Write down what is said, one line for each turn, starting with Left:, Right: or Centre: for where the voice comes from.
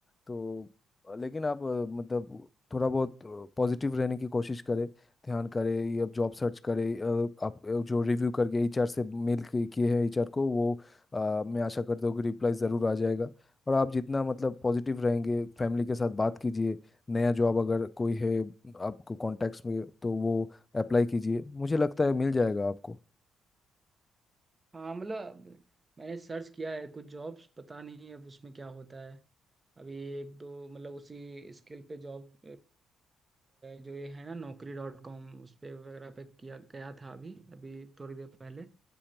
Left: तो अ, लेकिन आप अ, मतलब थोड़ा बहुत पॉजिटिव रहने की कोशिश करें ध्यान करें ये अब जॉब सर्च करें अ, आप अ, जो रिव्यू करके एचआर से मेल किए हैं एचआर को वो अ, मैं आशा करता हूँ कि रिप्लाई ज़रूर आ जाएगा और आप जितना मतलब पॉजिटिव रहेंगे फैमिली के साथ बात कीजिए नया जॉब अगर कोई है आपको कॉन्टैक्ट्स में तो वो अप्लाई कीजिए मुझे लगता है मिल जाएगा आपको
Right: हाँ मतलब मैंने सर्च किया है कुछ जॉब्स पता नहीं अब उसमें क्या होता है अभी एक दो मतलब उसी स्किल पे जॉब जो ये है ना नौकरी डॉट कॉम उस पे वगैरह पे किया गया था अभी अभी थोड़ी देर पहले